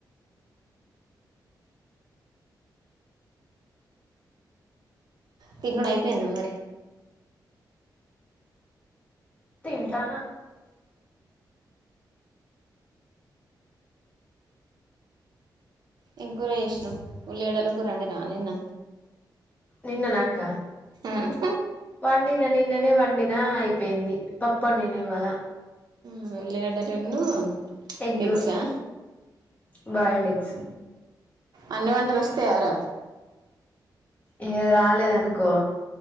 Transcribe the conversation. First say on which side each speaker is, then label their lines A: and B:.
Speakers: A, on the right; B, on the left.
A: తినూడ్ అయిపోయిందా మరి
B: తింటానా
A: ఏం కూర చేసినవ్ ఉల్లగడ్డల కూరండి దానీన్న
B: నిన్న నాక
A: ఆహ్
B: పండిన నిన్ననే వండిన అయిపోయింది పప్పండిన ఇవాళ
A: <inaudible>
B: ఎగ్
A: ఎగ్స్ ఆ
B: బయెల్ ఎగ్స్
A: అన్ని వంటలు వస్తయార
B: ఇంక రాలేదానుకో